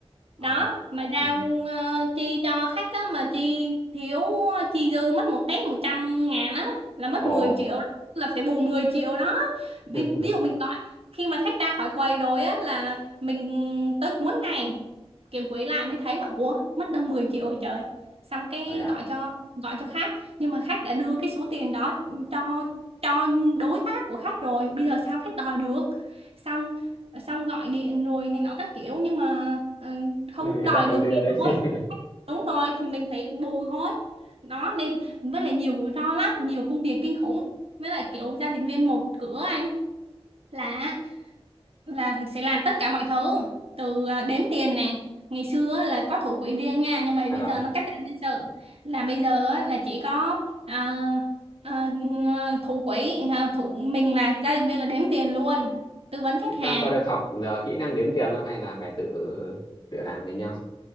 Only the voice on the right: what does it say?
đó mà giao
ờ, chi cho khách á mà chi thiếu ờ, chi dư mất một tép trăm ngàn á là mất
10 triệu đó. là phải bù 10 triệu đó ví,
ví dụ mình gọi khi mà khách ra khỏi quầy rồi á là mình tới cuối ngày kiếm quỹ lại mới thấy là ủa mất đâu 10 triệu rồi trời xong cái
gọi cho gọi cho khách nhưng mà khách đã đưa cái số tiền đó cho cho đối tác của khách rồi bây giờ sao khách đòi được xong xong gọi điện rồi này nọ các kiểu nhưng mà ờ, không
đòi
được
thì
thôi
đúng rồi thì mình phải bù thôi đó nên với lại nhiều rủi ro lắm nhiều công việc kinh khủng với lại kiểu giao dịch viên một cửa anh là là sẽ làm tất cả mọi thứ từ à, đếm tiền này ngày xưa á, là có thủ quỹ riêng nha nhưng mà
bây
giờ nó cắt giảm nhân sự là bây giờ á, là chỉ có à, à, à, thủ quỹ à, thủ mình là giao dịch viên là đếm tiền luôn tư vấn khách
hàng